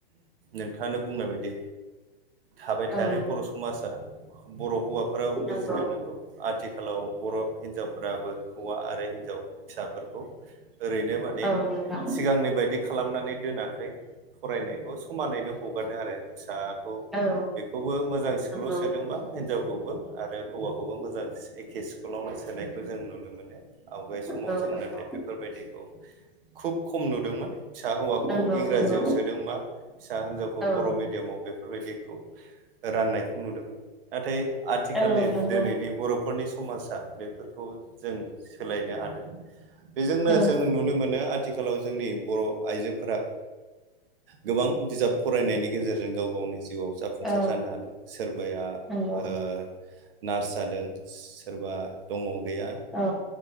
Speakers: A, on the right; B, in the centre.
A: नोंथाङानो बुंनाय बायदि थाबाय थायाखै
B: औ
A: बर' समाजा बर' हौवाफोराबो
B: नंगौ
A: बुजिदों नोंगौ। आथिखालाव बर' हिनजावफोराबो हौवा आरो हिनजाव फिसाफोरखौ ओरैनो माने
B: औ नोंथां
A: सिगांनि बायदि खालामनानै दोनाखै। फरायनायखौ समानैनो हगारदों आरो फिसा खौ
B: औ
A: बेखौबो मोजां स्कुलाव
B: नंगौ
A: सोदोंबा हिनजावखौबो आरो हौवा मोजां एखे स्कुलावनो सोनायखो जों नुनो मोनो। आवगाय
B: औ
A: समाव जों
B: नंगौ
A: नाथाय बेफोरबायदिखौ खुब खम नुदोंमोन फिसा हौवाखौ
B: नंगौ
A: इंराजियाव
B: नंगौ
A: सोदोंबा फिसा होनजावखौ
B: औ
A: बर' मिडियामाव बे फोरबायदिखौ राननायखौ नुदोंमोन नाथाय आथिखालनि
B: औ नंगौ
A: दोनैनि बर'फोरनि समाजा बेफोरखौ जों सोलायनो हादों। बेजोंनो
B: औ
A: जों नुनो मोनो आथिखालाव जोंनि बर' आइजोफोरा गोबां बिजाब फरायनायनि गेजेरजों गाव गावनि जिउआव जाफुंसार
B: औ
A: जानो हादों। सोरबाया ओ
B: नंगौ
A: नार्स जादों। सोरबा दङ गैया
B: औ